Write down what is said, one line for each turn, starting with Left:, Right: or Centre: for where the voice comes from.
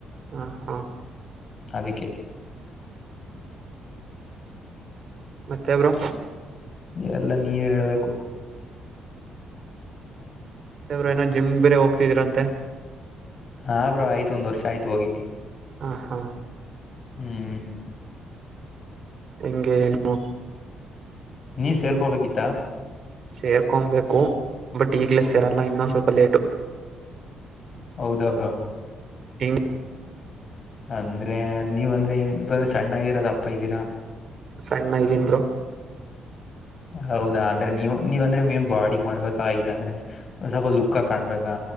Right: ಹಾ ಹಾ
Left: ಅದಕ್ಕೆ
Right: ಮತ್ತೆ ಬ್ರೋ
Left: ಎಲ್ಲ ನೀವ ಹೇಳ್ಬೇಕು
Right: ಮತ್ತೆ ಬ್ರೋ ಏನ ಜಿಮ್ ಬೇರೆ ಹೋಗ್ತಿದೀರಂತೆ
Left: ಹಾ ಬ್ರೋ ಆಯ್ತು ಒಂದ್ ವರ್ಷ ಆಯ್ತು ಹೋಗಿ
Right: ಹಾ ಹಾ
Left: ಹ್ಮ್
Right: ಹೆಂಗೆ ಏನು
Left: ನೀ ಸೇರ್ಕೋಬೇಕಿತ್ತ
Right: ಸೇರ್ಕೊಬೇಕು ಬಟ್ ಈಗ್ಲೇ ಸೇರಲ್ಲ ಇನ್ನೊಂದು ಸ್ವಲ್ಪ ಲೇಟು
Left: ಹೌದಾ ಬ್ರೋ
Right: <unintelligible>
Left: ಅಂದ್ರೆ ನೀವ ಅಂದ್ರೆ ಇದಂದ್ರೆ ಸಣ್ಣ ಇದ್ದೀರಾ ದಪ್ಪ ಇದ್ದೀರಾ
Right: ಸಣ್ಣ ಇದೀನ್ ಬ್ರೋ
Left: ಹೌದಾ ಅಂದ್ರೆ ನೀವು ನೀವಂದ್ರೆ ನೀನ್ ಬಾಡಿ ಮಾಡ್ಬೇಕಾ ಇಲ್ಲಾಂದ್ರೆ ಸ್ವಲ್ಪ ಲುಕ್ಕ ಕಾಣ್ಬೇಕಾ